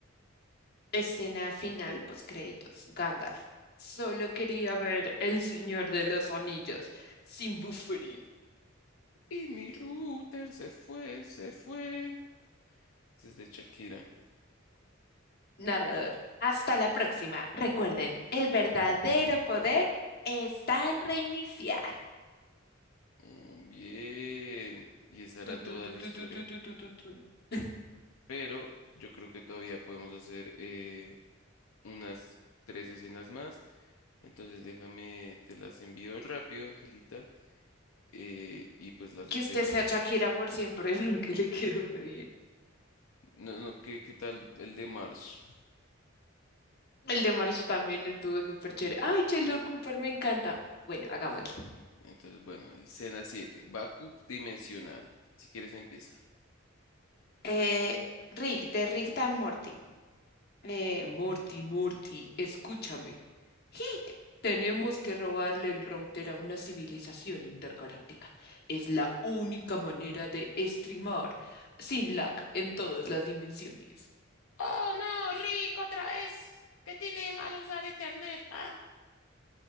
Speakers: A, on the left (about 50°); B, on the left (about 80°).
A: Escena final, postcréditos, Gandalf. Solo quería ver El Señor de los Anillos, sin buffering.
B: Y mi router se fue, se fue. Desde Shakira.
A: Narrador. Hasta la próxima. Recuerden, el verdadero poder está en reiniciar.
B: Mm, Bien. Y esa era
A: Tu,
B: toda
A: tu, tu,
B: la
A: tu,
B: historia.
A: tu, tu, tu, tu, tu, tu. <laughs>
B: pero yo creo que todavía podemos hacer eh, unas tres escenas más. Entonces déjame, te las envío rápido, Angelita, eh, y pues las
A: Que
B: hacemos.
A: usted sea Shakira por siempre, <laughs> porque le quedó re bien.
B: No, no, ¿qué, qué tal el de Marsh?
A: El de marzo también estuvo súper chévere. Ay, Sheldon Cooper me encanta. Bueno, hagámosle.
B: Listo. Entonces, bueno, el escena 7, Backup dimensional. Si quieres empieza.
A: Eh, Rick, de Rick Dan Morty. Eh, Morty, Morty, escúchame. Hic, tenemos que robarle el router a una civilización intergaláctica. Es la única manera de streamar sin lag en todas las dimensiones.
B: Oh, no, Rick, otra vez. ¿Qué tiene de malo usar Ethernet? Ah,